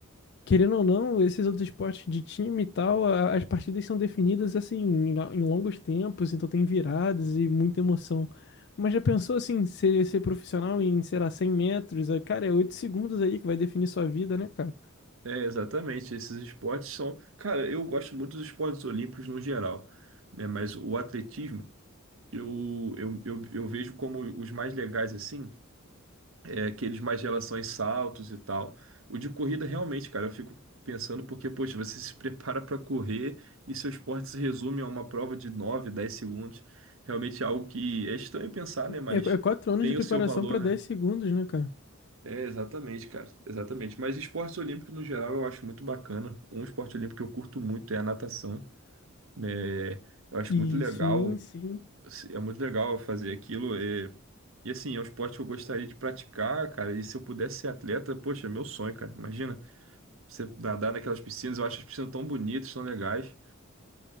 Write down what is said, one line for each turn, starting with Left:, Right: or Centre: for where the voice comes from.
Left: querendo ou não, esses outros esportes de time e tal, a- as partidas são definidas assim em, lo- em longos tempos, então tem viradas e muita emoção. Mas já pensou assim, ser, ser profissional em, sei lá, 100 metros? É, Cara, é 8 segundos aí que vai definir sua vida, né, cara?
Right: É, exatamente. Esses esportes são. Cara, eu gosto muito dos esportes olímpicos no geral, né? Mas o atletismo, eu, eu, eu, eu vejo como os mais legais, assim, é aqueles mais de relações saltos e tal. O de corrida, realmente, cara, eu fico pensando porque, poxa, você se prepara para correr e seu esporte se resume a uma prova de 9 10 segundos. Realmente é algo que é estranho pensar, né? Mas
Left: É, é 4 anos
Right: tem
Left: de preparação
Right: o seu valor,
Left: pra 10
Right: né?
Left: segundos, né, cara?
Right: É, exatamente, cara. Exatamente. Mas esportes olímpicos, no geral, eu acho muito bacana. Um esporte olímpico que eu curto muito é a natação, né? Eu acho
Left: E
Right: muito legal,
Left: sim, sim.
Right: assim, é muito legal fazer aquilo. é. E assim, é um esporte que eu gostaria de praticar, cara. E se eu pudesse ser atleta, poxa, é meu sonho, cara. Imagina você nadar naquelas piscinas. Eu acho as piscinas tão bonitas, tão legais.